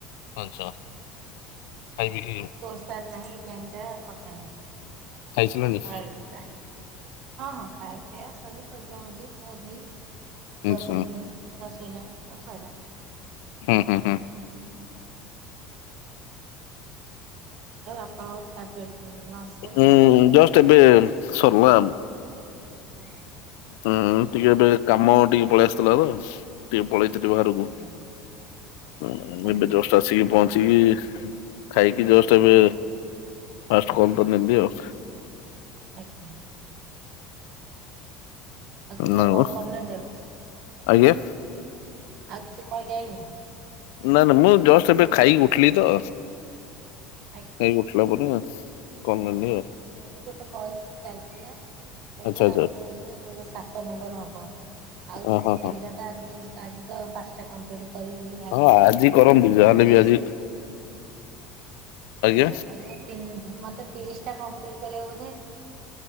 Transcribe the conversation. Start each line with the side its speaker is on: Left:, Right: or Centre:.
Left: ଆଛା ଖାଇ ପିଇକିରି
Right: ସୋର ସାର ନାହିଁ ଏଇ ଟାଇମଟା କଥା <unintelligible>
Left: ଖାଇସାରିଲଣି
Right: ହଁ ହଁ ଖାଇ ପିଆ ସରି ମଜାମଜି ଧୁଆଧୋଇ ଛୁଆ
Left: ଆଚ୍ଛା
Right: ଶୋଇଲେଣି। ଛୁଆ ଶୋଇଲାଣି ସବୁ ଶଇଲାଣି।
Left: ହୁଁ ହୁଁ ହୁଁ।
Right: ଆଉ ଆପଣଙ୍କ ଖାଇବା ପିଆ ନସ୍
Left: ହୁଁ ଜଷ୍ଟ୍ ଏବେ ସରଲା
Right: ଓହୋ।
Left: ହୁଁ ଟିକେ ଏବେ କାମ ଟିକେ ପଳେଆସଥିଲା ତ। ଟିକେ ପଳେଇଥିଲି ବାହାରକୁ
Right: ଆଜ୍ଞା ଆଜ୍ଞା
Left: ଉଁ
Right: ଆଜ୍ଞା
Left: ଏବେ ଜଷ୍ଟ ଆସିକି ପହ ଆସିକି ଖାଇକି ଜଷ୍ଟ ଏବେ ଫାଷ୍ଟ କଲ ତ ନେଲି ଆଉ।
Right: ଆଛା। ଆଉ କେତେବେଳେ
Left: ନାମ
Right: କଲ୍ କରିନାହାନ୍ତି ଆଉ କିଛି?
Left: ଆଜ୍ଞା?
Right: ଆଉ କିଛି କଲ୍ ଯାଇନି?
Left: ନା ନା ମୁଁ ଜଷ୍ଟ ଏବେ ଖାଇକି ଉଠିଲି ତ।
Right: ଆଜ୍ଞା।
Left: ଖାଇକି ଉଠିଲା ପରେ କଲ ନେଲି।
Right: ମୋର ବି ଗୋଟେ କଲ ଚାଲିଥିଲା। କହିଲା
Left: ଆଚ୍ଛା ଆଚ୍ଛା
Right: ଆଉ ଗୋଟେ ହେଇଯାଉ ମୋର ସାତ ନମ୍ବର ହବ ଆଉ
Left: ହଁ
Right: ଦି
Left: ହଁ ହଁ
Right: ତିନିଟା ତ ଆଜି ଯାଉ ଆଜି ଯାଉ ପାଞ୍ଚଟା କମ୍ପ୍ଲିଟ୍ କରିବି ବୋଲି ଭାବିଚି
Left: ହଁ ଆଜି କରନ୍ତୁ
Right: ମତେ
Left: ଯାହାହେଲେ
Right: ତିରିଶ୍
Left: ବି ଆଜି ଆଜ୍ଞା
Right: ଓ କହିବେ ତିନ ମତେ ତିରିଶଟା କମ୍ପ୍ଲିଟ କରିବାକୁ ବୋଧେ